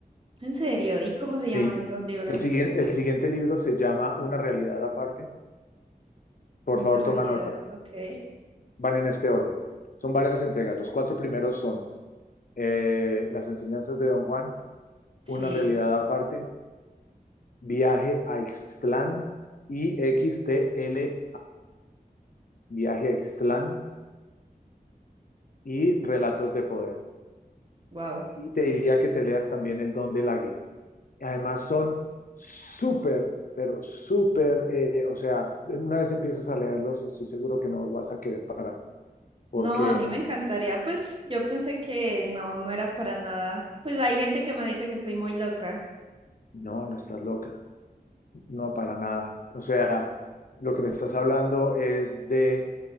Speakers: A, on the right (about 35°); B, on the left (about 60°).
A: En serio, ¿y cómo se
B: Sí.
A: llaman esos libros?
B: El siguiente, el siguiente libro se llama Una realidad aparte. Por
A: Una
B: favor,
A: realidad,
B: toma nota.
A: ok.
B: Van en este orden. Son varias entregas. Los cuatro primeros son eh, Las enseñanzas de Don Juan,
A: Sí.
B: Una realidad aparte, Viaje a Ixtlán y XTLAN. Viaje a Ixtlán y Relatos de Poder.
A: Wow.
B: Y te diría que te leas también El Don del Águila. Además son súper, pero súper, eh, o sea, una vez empiezas a leerlos, estoy seguro que no vas a querer parar, porque
A: No, a mí me encantaría. Pues yo pensé que no, no era para nada. Pues hay gente que me ha dicho que soy muy loca.
B: no, no estás loca, no para nada. O sea, lo que me estás hablando es de,